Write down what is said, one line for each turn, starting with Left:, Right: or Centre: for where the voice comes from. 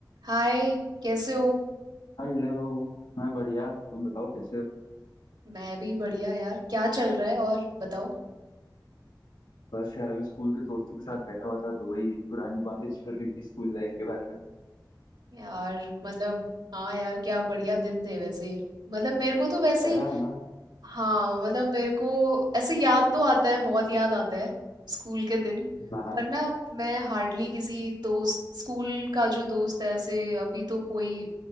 Right: हाय कैसे हो
Left: Hello मैं बढ़िया तुम बताओ कैसे हो
Right: मैं भी बढ़िया यार क्या चल रहा है और बताओ
Left: बस यार अभी स्कूल के दोस्तों के साथ बैठा हुआ था तो वही पुरानी बातें चल रही थी स्कूल लाइफ के बारे में
Right: यार मतलब हाँ यार क्या बढ़िया दिन थे वैसे मतलब मेरे को तो वैसे
Left: है ना है ना
Right: हाँ मतलब मेरे को ऐसे याद तो आता है बहुत याद आता है स्कूल के दिन
Left: हाँ हाँ
Right: पर ना मैं हार्डली किसी दोस्त स्कूल का जो दोस्त है ऐसे अभी तो कोई